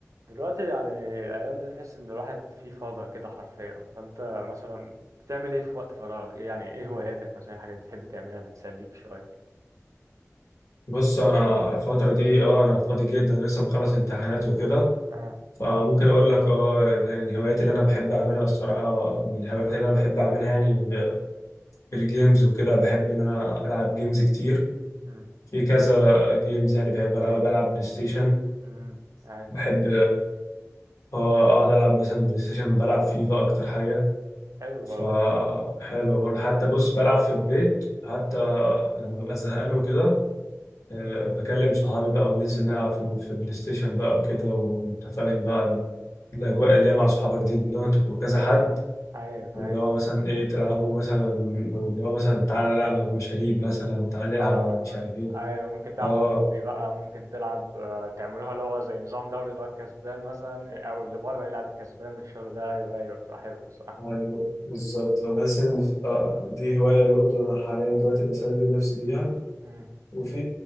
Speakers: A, on the right (about 85°); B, on the left (about 75°).
A: دلوقتي يعني الأيام دي تحس إن الواحد فيه فاضي كده حرفيا فأنت مثلا بتعمل إيه في وقت فراغك؟ إيه يعني إيه هواياتك مثلا إيه حاجة بتحب تعملها بتسليك شوية؟
B: بص انا الفتره دي اه انا فاضي جدا لسه مخلص امتحانات وكده
A: آه
B: فممكن اقول لك اه الهوايات اللي انا بحب اعملها الصراحه من الهوايات اللي انا بحب اعملها يعني الجيمز وكده بحب ان انا العب جيمز كتير
A: أمم
B: في كذا جيمز يعني بحب العبها بلعب بلاي ستيشن
A: أمم أيوه
B: بحب اه اقعد العب مثلا بلاي ستيشن بلعب فيفا اكتر حاجه
A: حلو
B: فحلوه
A: والله
B: برضه حتى بص بلعب في البيت حتى لما ببقى زهقان وكده آه، بكلم صحابي بقى وننزل نلعب في في بلاي ستيشن بقى وكده وانت فاهم بقى ال- الاجواء
A: أيوه
B: اللي هي مع صحابك دي اللي هو انتوا بتبقوا كذا حد
A: أيوه
B: واللي
A: أيوه
B: هو مثلا ايه تلعبوا مثلا واللي هو مثلا تعالى نلعب على المشاريب مثلا تعالى نلعب
A: آه
B: على مش عارف ايه
A: أيوه ممكن تلعب
B: اه
A: مالتي بقى ممكن تلعب آه، تعملوها اللي هو زي نظام دوري اللي هو الكسبان مثلا إيه، أو اللي بره يلعب الكسبان الشغل ده أيوه أيوه بتبقى حلوة صح
B: ايوه بالظبط بحس ان آه، دي هوايه برضو انا حاليا دلوقتي بسلي نفسي بيها
A: أمم
B: وفي